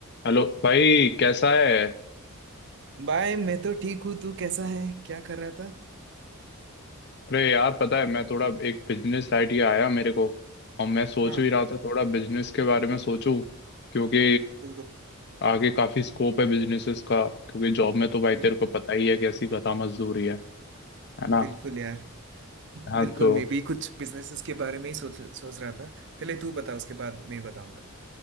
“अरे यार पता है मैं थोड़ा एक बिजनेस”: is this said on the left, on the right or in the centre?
Left